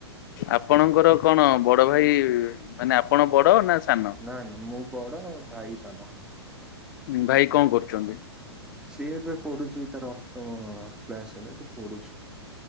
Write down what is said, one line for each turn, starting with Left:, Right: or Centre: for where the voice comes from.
Left: ଆପଣଙ୍କର କଣ ବଡ ଭାଇ ମାନେ ଆପଣ ବଡ ନା ସାନ
Centre: ନା ନା ମୁଁ ବଡ ଭାଇ ସାନ।
Left: ହଁ ଭାଇ କଣ କରୁଛନ୍ତି?
Centre: ସିଏ ଏବେ ପଢୁଛି ତାର ଅଷ୍ଟମ କ୍ଲାସ ହେଲେ ସେ ପଢୁଛି।